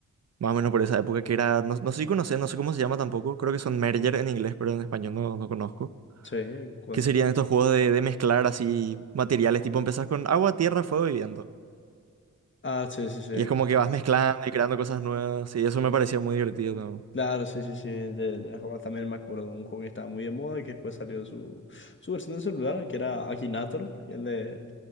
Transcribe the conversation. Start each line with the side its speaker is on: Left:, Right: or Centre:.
Right: más o menos por esa época, que era, no, no sé si conoces, no sé cómo se llama tampoco, creo que son merger en inglés, pero en español no, no conozco.
Left: Sí, ¿cuál?
Right: Que serían estos juegos de, de mezclar así materiales, tipo empezás con agua, tierra, fuego y viento.
Left: Ah, sí, sí, sí.
Right: Y es como que vas mezclando y creando cosas nuevas. Y eso me parecía muy divertido también.
Left: Claro, sí, sí, sí, de, de jugar también me acuerdo de un juego que estaba muy de moda y que después salió su, su versión de celular, que era Akinator, y el de,